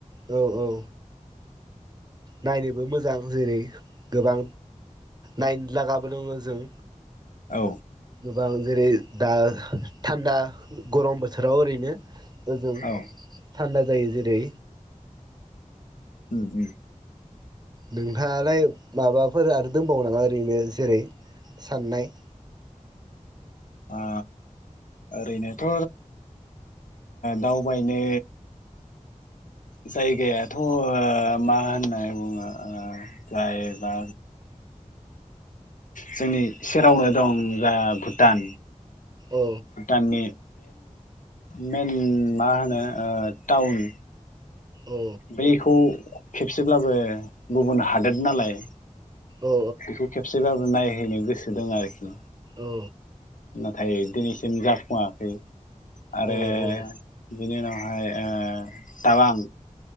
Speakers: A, on the right (about 30°); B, on the left (about 75°).
A: औ औ नायनोबो मोजां जेरै गोबां नायनोलागाबो दङ जों
B: औ
A: गोबां जेरै दा थान्दा गरम बोसोराव ओरैनो ओजों
B: औ
A: थान्दा जायो जेरै
B: <inaudible>
A: नोंहालाय माबाफोर आरो दंबावो नामा ओरैनो जेरै साननाय
B: आ ओरैनोथ' दावबायनो जायगायाथ' मा होननानै बुङो ओ जायबा जोंनि सेरावनो दं जा भुटान
A: औ
B: भुटाननि मेइन मा होनो टाउन
A: औ
B: बैखौ खेबसेब्लाबो गुबुन हादोर नालाय
A: औ
B: बेखौ खेबसेबाबो नायहैनो गोसो दं आरोखि
A: औ
B: नाथाय दिनैसिम जाफुङाखै आरो
A: औ औ
B: बिनि उनावहाय ओ टाउवां